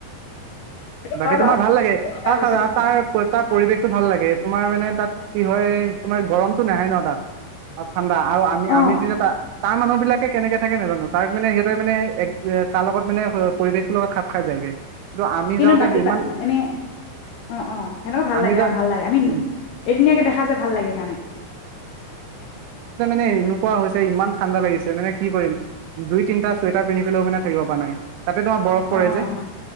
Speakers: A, on the left; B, on the right.
A: সেইটো
B: বাকী
A: হয় বাৰু
B: তোমাৰ ভাল লাগে,
A: ময়ো এবাৰ
B: তাৰ
A: গৈছিলো
B: <unintelligible> পৰিৱেশতটো ভাল লাগে তোমাৰ মানে তাত কি হয়, তোমাৰ গৰমতটো নাহে ন' তাত। অ' ঠাণ্ডা আৰু আমি
A: অ'
B: আমি যেতিয়া তা-তাৰ মানুহবিলাক তে কেনেকে থাকে নাজানো তাৰ মানে সিহঁতে মানে এগ এ, তাৰ লগত মানে স, পৰিৱেশটোৰ লগত খাপ খাই যায়গে। আমি
A: কিন্তু
B: যাওঁতে
A: বাকী
B: ইমান
A: পা এনেই অ', অ', সেনেকুৱা ভাল
B: আমি
A: লাগে
B: যাওঁ
A: অ', ভাল লাগে। আমি
B: উম
A: এদিনীয়াকে দেখা যে ভাল লাগে সেইকাৰণে।
B: নে এনেকুৱা হৈছে ইমান ঠাণ্ডা লাগিছে মানে কি কৰিম, দুই তিনিটা চুৱেটাৰ পিন্ধি পেলও মানে থাকিব পাৰা নাই। তাতে তোমাৰ বৰফ পৰে
A: অ'
B: যে,